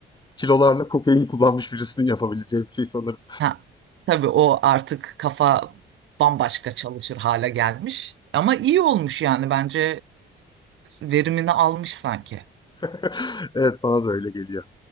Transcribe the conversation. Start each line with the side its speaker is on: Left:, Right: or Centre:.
Left: kilolarla kokain kullanmış birisinin yapabileceği bir şey sanırım.
Right: Ha, tabii o artık kafa bambaşka çalışır hale gelmiş. Ama iyi olmuş yani bence e, verimini almış sanki.
Left: <laughs> Evet, bana da öyle geliyor.